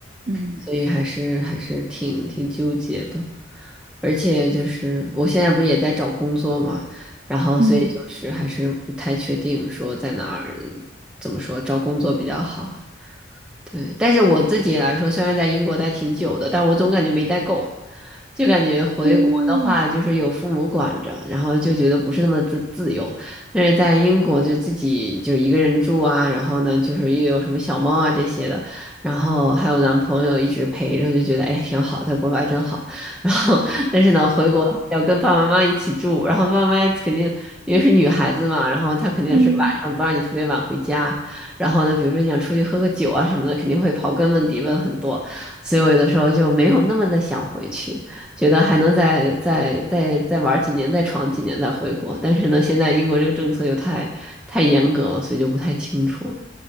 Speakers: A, on the right; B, in the centre.
A: 嗯
B: 所以还是还是挺挺纠结的。而且就是我现在不是也在找工作嘛，然后所以就是还是不太确定说在哪儿，
A: 嗯
B: 怎么说找工作比较好。对，但是我自己来说，虽然在英国待挺久的，但我总感觉没待够，就感觉回国的话，
A: 嗯
B: 就是有父母管着，然后就觉得不是那么自自由。但是在英国就自己就是一个人住啊，然后呢，就是又有什么小猫啊这些的，然后还有男朋友一直陪着，就觉得哎挺好，在国外真好。然后但是呢，回国要跟爸爸妈妈一起住，然后爸妈肯定因为是女孩子嘛，然后她肯定是晚上不让你特别晚回家。
A: 嗯。
B: 然后呢，比如说你想出去喝个酒啊什么的，肯定会刨根问底问很多，所以我有的时候就没有那么的想回去，觉得还能再再再再玩几年，再闯几年再回国。但是呢，现在英国这个政策又太太严格了，所以就不太清楚了，